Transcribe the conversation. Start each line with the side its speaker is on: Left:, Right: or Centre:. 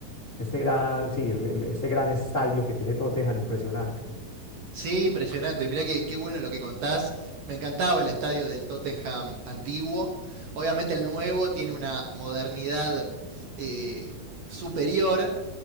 Left: este gran, sí, el- el- este gran estadio que tiene Tottenham, impresionante.
Right: Sí, impresionante. Mirá que, qué bueno lo que contás. Me encantaba el estadio del Tottenham antiguo. Obviamente el nuevo tiene una modernidad eh, superior.